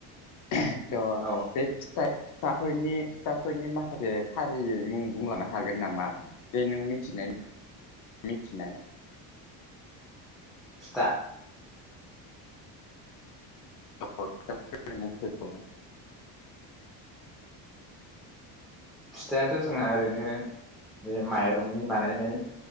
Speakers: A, on the left; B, in the centre.
A: थ'
B: औ
A: बे फिथाय। फिथाफोरनि। फिथाफोरनि माखासे फारियै मुं बुंलांनो हागोन नामा बे नों मिथिनाय। मिथिनाय।
B: फिथा। <inaudible>
A: औ फिथाफोरनि मुंफोरखौ
B: फिथायाथ' जोंहा ओरैनो ओ माइरंनि बानायो नङा